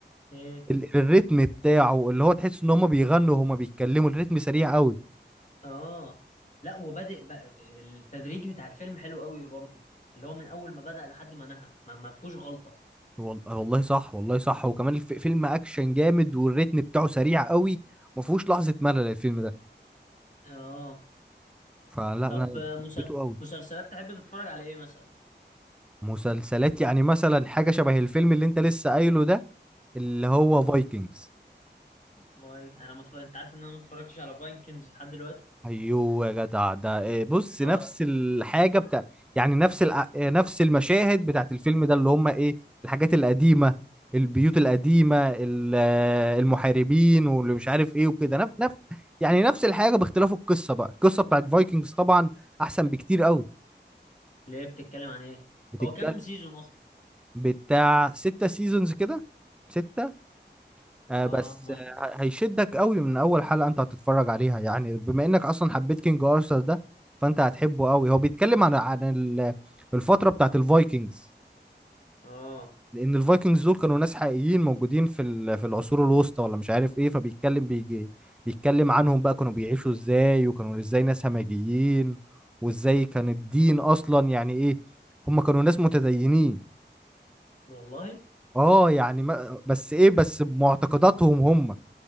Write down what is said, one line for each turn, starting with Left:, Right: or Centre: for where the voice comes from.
Left: ايه
Centre: ال- الريتم بتاعه اللي هو تحس ان هما بيغنوا وهما بيتكلموا الريتم سريع قوي
Left: اه لا وبادئ بقى التدريج بتاع الفيلم حلو قوي برضه اللي هو من اول ما بدأ لحد ما نهى ما, ما فيهوش غلطة
Centre: وال- والله صح والله صح وكمان الف- فيلم اكشن جامد والريتم بتاعه سريع قوي ما فيهوش لحظه ملل الفيلم ده
Left: اه
Centre: فلا
Left: طب
Centre: لا
Left: مسل...
Centre: حبيته قوي
Left: مسلسلات تحب تتفرج على ايه مثلا
Centre: مسلسلات يعني مثلا حاجه شبه الفيلم اللي انت لسه قايله ده اللي هو
Left: امم
Centre: فايكنجز
Left: فايك انا ما اتف- انت عارف ان انا ما اتفرجتش على فايكنجز لحد دلوقتي
Centre: ايوه يا جدع ده إيه، بص
Left: اه
Centre: نفس الحاجه بتاع يعني نفس الع- إيه، نفس المشاهد بتاعت الفيلم ده اللي هم ايه الحاجات القديمه البيوت القديمه ال- آه، المحاربين واللي مش عارف ايه وكده نفس نفس يعني نفس الحاجه باختلاف القصه بقى القصه بتاعت فايكنجز طبعا احسن بكتير قوي
Left: ليه بتتكلم عن ايه
Centre: بتتكلم
Left: هو كام سيزون اصلا
Centre: بتاع ستة سيزونز كده ستة آه،
Left: اه
Centre: بس
Left: ما
Centre: آه،
Left: شاء الله
Centre: هيشدك قوي من اول حلقة انت هتتفرج عليها يعني بما انك اصلا حبيت كينج ارثر ده فانت هتحبه قوي هو بيتكلم عن عن ال- الفترة بتاعت الفايكنجز
Left: اه
Centre: لان الفايكنجز دول كانوا ناس حقيقيين موجودين في ال- في العصور الوسطى ولا مش عارف ايه فبيتكلم بيجي بيتكلم عنهم بقى كانوا بيعيشوا ازاي وكانوا ازاي ناس همجيين وازاي كان الدين اصلا يعني ايه هم كانوا ناس متدينين
Left: والله
Centre: اه يعني ما بس ايه بس بمعتقداتهم هم